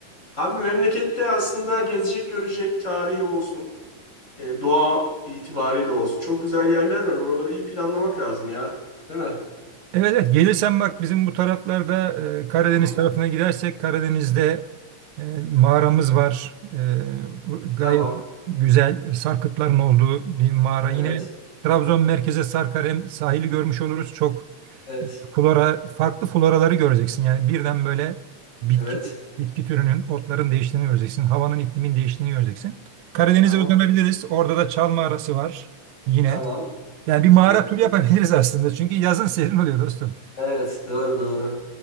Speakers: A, on the left; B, on the right.
A: Abi memlekette aslında gezecek görecek tarihi olsun. e, doğa itibariyle olsun. Çok güzel yerler var. Oraları iyi planlamak lazım ya. Değil mi?
B: Evet evet gelirsen bak bizim bu taraflarda e, Karadeniz
A: Hı hı.
B: tarafına gidersek Karadeniz'de e, mağaramız var. E, gayet
A: Tamam.
B: güzel sarkıtların olduğu bir mağara.
A: Evet.
B: Yine Trabzon merkeze sarkar hem sahili görmüş oluruz. Çok
A: Evet.
B: flora farklı floraları göreceksin. Yani birden böyle bitki
A: Evet.
B: bitki türünün otların değiştiğini göreceksin. Havanın iklimin değiştiğini göreceksin. Karadeniz'e
A: Tamam.
B: uzanabiliriz. Orada da Çal mağarası var yine.
A: Tamam.
B: Yani bir mağara
A: Evet.
B: turu yapabiliriz aslında. Çünkü yazın serin oluyor dostum.
A: Evet. Doğru doğru.